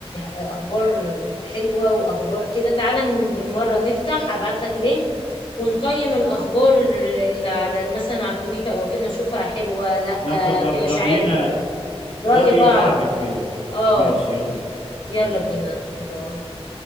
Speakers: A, on the left (about 60°); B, on the left (about 85°).
A: اخبار حلوة واخبار كده تعالى ن- بالمرة نفتح ابعت لك لينك ونقيم الاخبار اللي على مثلا على تويتر او كده نشوفها حلوة لا
B: ناخذ
A: آه
B: رأ-
A: في اشاعات
B: رأينا
A: رأي
B: رأي
A: بعض
B: بعض في
A: اه
B: ماشي يلا
A: يلا
B: يلا
A: بينا
B: بينا
A: باي